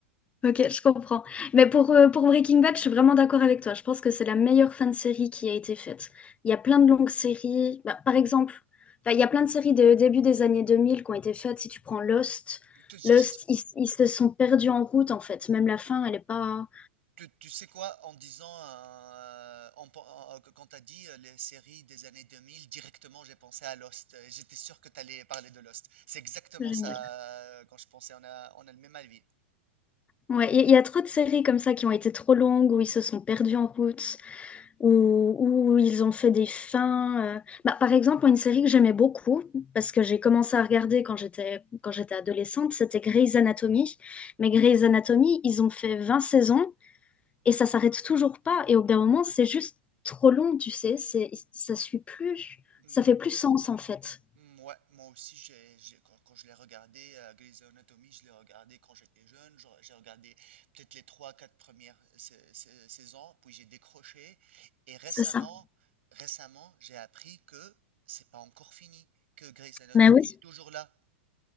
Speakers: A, on the left (about 20°); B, on the right (about 75°).
A: Ok, je comprends. Mais pour, euh, pour Breaking Bad, je suis vraiment d'accord avec toi. Je pense que c'est la meilleure fin de série qui a été faite. Il y a plein de longues séries. Bah, par exemple, bah, il y a plein de séries de début des années 2000 qui ont été faites. Si tu prends Lost,
B: Tu, j'ai-
A: Lost, ils, ils se sont perdus en route, en fait. Même la fin, elle n'est pas
B: tu- tu sais quoi, en disant, euh, en pen- en- quand tu as dit euh, les séries des années 2000, directement, j'ai pensé à Lost. Euh, J'étais sûr que tu allais parler de Lost. C'est exactement
A: géniale.
B: ça euh, quand je pensais, on a, on a le même avis.
A: Ouais, il y, il y a trop de séries comme ça qui ont été trop longues, où ils se sont perdus en route. où, où ils ont fait des fins. euh. Bah, par exemple, une série que j'aimais beaucoup, parce que j'ai commencé à regarder quand j'étais quand j'étais adolescente, c'était Grey's Anatomy. Mais Grey's Anatomy, ils ont fait 20 saisons et ça s'arrête toujours pas. Et au bout d'un moment, c'est juste trop long, tu sais. C'est, ça suit plus.
B: Hmm.
A: Ça fait plus sens, en fait.
B: Mm, Ouais, moi aussi, j'ai, j'ai- quand, quand je l'ai regardé, euh, Grey's Anatomy, je l'ai regardé quand j'étais jeune. Je- J'ai regardé peut-être les trois, quatre premières sais- sais- saisons, puis j'ai décroché. Et récemment,
A: C'est ça.
B: récemment, j'ai appris que c'est pas encore fini, que Grey's Anatomy
A: Bah oui.
B: est toujours là.